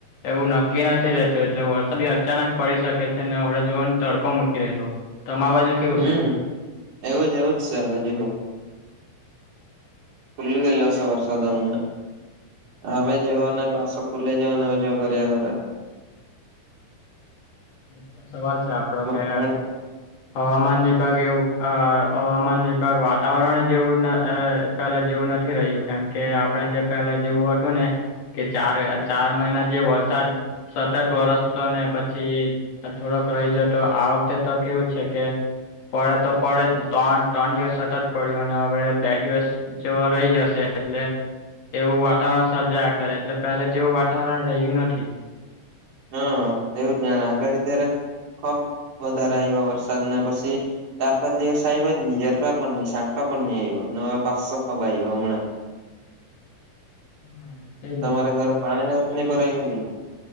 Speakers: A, on the left; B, on the right.
A: એવું નક્કી નથી રહેતું એટલે વરસાદ બી અચાનક પડી શકે છે ને હડે જોવા ને તડકો મૂકી રહેલો તમા બાજુ કેવું
B: હમ
A: છે?
B: એવું જ એવુંજ છે બાજુું ફુલ્ ગલોશે વર્ષ મણા હવે જેને પાસ ખુલે જેવને હજવ કર ઘ
A: એ તો સવાલ છે આપડો કે
B: પાણી
A: હવામાન વિભાગ એવું અ હવામાન વિભાગ વાતાવરણ જેવું પહેલા જેવું નથી રહ્યું કેમ કે આપણે જે પહેલા જેવું હતું ને કે ચાર ચાર મહિના જે વરસાદ સતત વરસ તો ને પી પછી થોડોક રહીજ તો આ વખતે તો કેવું છે કે પડે તો પડે ત્રણ ત્રણ દિવસ થતા જ પડ્યું અને હવે બે દિવસ જવાઈ જશે એટલે એવું વાતાવરણ સર્જાયા કરે એટલે પહેલા જેવું વાતાવરણ રહ્યું નથી.
B: હા એવું જ જાણે આગળ ત્યારે ખુબ વધારે આવ્યો વરસાદ ને પછી ચાર પાંચ દિવસ આવ્યો જ નહી જરા પણ નહી સાટા પણ નહી આવ્યો હવે પાસો ખુબ આવ્યો હમણાં
A: હા
B: તમારા ઘરે પાણી ને એવુ ભરાય ગયેલું ને?